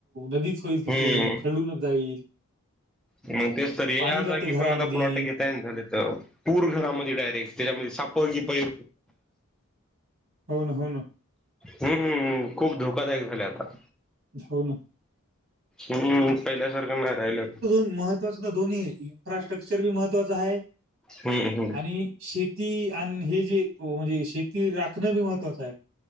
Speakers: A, on the right (about 45°); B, in the centre.
A: नदीच होईल तिकडऊन
B: हम्म
A: खळूनच जाईल.
B: मग तेच तर ये
A: पाणी
B: या
A: जाते
B: जागी
A: घरामध्ये
B: पण आता प्लॉट घेताय झाले तर. पूर घरामध्ये डायरेक्ट त्याच्यामध्ये साप
A: हम्म.
B: की पैर
A: होन होन.
B: हम्म्म खूप धोकादायक झाले आता‌.
A: हो ना.
B: हम्म, पहिल्या सारखनाय राहिलं.
A: महत्वाचा तर दोन्ही इन्फ्रास्ट्रक्चर बी महत्त्वाच आहे,
B: हम्म हम्म
A: आणि शेती आणि हे जे म्हणजे शेती राखणं बी महत्वाचं आहे.